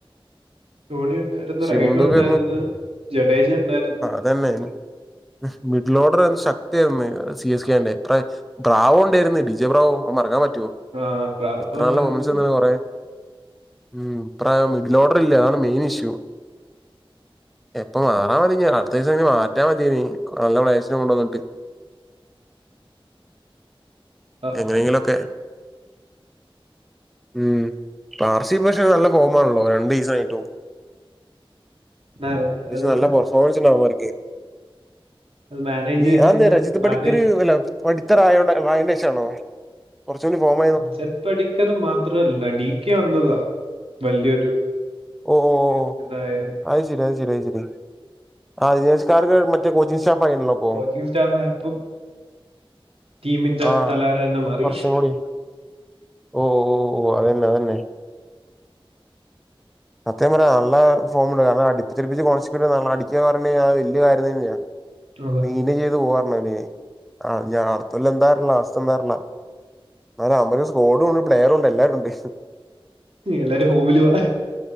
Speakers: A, on the right; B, in the centre.
A: ധോണി ഉണ്ടാര്ന്ന്
B: ശിവം
A: റൈഡു
B: ദുബെ
A: ഉണ്ടാര്ന്ന് ജഡേജ ഉണ്ടായ്ര്ന്ന്
B: അത് തന്നെ മി മിഡിലോഡർ ശക്ത്യാര്ന്ന് സി എസ് കേന്റെ അ ബ്രാവു ഉണ്ടായിരുന്നു ഡിജെ പ്രേ പ്ര ബ്രാവു ഉണ്ടാര്ന്ന് ബിജെ ബ്രാവുവും അത് മറക്കാൻ പറ്റുവോ
A: ആ ബ്രാവോ
B: എത്രെ
A: ഉണ്ടായിരുന്നു
B: നല്ല മാെമൻസെര്ന്നില്ലേ കൊറേ ഉം പ്രായം മിഡിലോഡറില്ല അതാണ് മെയിനിഷ്യൂ എപ്പം മാറാ മതിഞ്ഞ് അട്ത്ത ദീസംഞ്ഞ് മാറ്റാ മത്യേനി നല്ല പ്ലെയേഴ്സിനെ കൊണ്ടുവന്ന്ട്ട്
A: ആ,
B: എങ്ങനെങ്കിലൊക്കെ മ്മ് പാർസി പക്ഷെ നല്ല ഫോമാണല്ലോ രണ്ടീസായിട്ടും
A: ന-
B: പക്ഷെ
A: അത്
B: നല്ല പെർഫോമൻസ്ണ്ടവന്മാര്ക്ക്
A: അത് മാനേജ്മെന്റിന്റെ
B: ഈ ആന്നേ രജത്
A: മാനേ
B: പടിക്കര് വല്ലാ പഠിത്തറ ആയോണ്ടോ വായനേഷാണോ കുറച്ചൂടി ഫോം
A: ജറ്റ് പടിക്കർ മാത്രംല്ല ടി കെ വന്നതാ വലിയൊരു
B: ഓഹ് ഓഹ് ഓഹ് ഓഹ്
A: ഇതായത്
B: അത് ശരി അത് ശരി അത് ശരി ആ ജിനേഷ് കാർക്ക് മറ്റേകോച്ചിംഗ് സ്റ്റാഫ് ആയിണല്ലോ അപ്പൊ
A: കോച്ചിങ് സ്റ്റാഫായപ്പം ടീമിന്റെ
B: ആഹ്
A: തലവര തന്നെ മാറി
B: കുറച്ചും കൂടി ഓ ഓ ഓ അതെന്നെ അതെന്നെ സത്യ പറഞ്ഞാൽ നല്ല ഫോമില. കാരണം അടിച് തെറിപ്പിച്ചു <unintelligible> അടിക്കാന്ന് പറ ഞ്ഞാൽ വെല്ല്യ കാര്യം തന്നെയാ.
A: അതാ
B: <unintelligible> അട്ത്തൊല്ലം എന്താറ്ന്ന്‌ അവസ്ഥ എന്താറ്ന്നർഞോ <unintelligible> അവൻമാര് സ്ക്കോഡുണ്ട് പ്ലെയറുണ്ട് എല്ലാരുണ്ട്.
A: എല്ലാരും ഫോമിലുവ